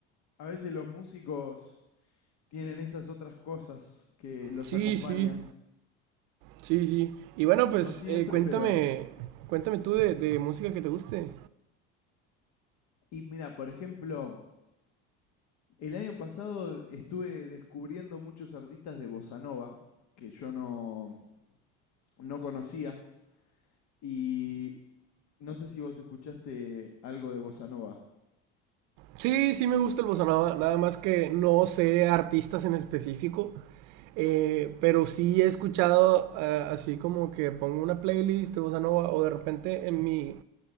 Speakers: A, on the left; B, on the right.
A: a veces los músicos tienen esas otras cosas que los
B: Sí,
A: acompañan.
B: sí, sí, sí. Y bueno, pues
A: No siempre,
B: eh, cuéntame,
A: pero...
B: cuéntame tú de, de música que te guste.
A: Y mira, por ejemplo, el año pasado estuve descubriendo muchos artistas de Bossa Nova, que yo no, no conocía, y no sé si vos escuchaste algo de Bossa Nova.
B: Sí, sí me gusta el bossa nova, nada más que no sé artistas en específico, eh, pero sí he escuchado eh, así como que pongo una playlist de bossa nova o de repente en mi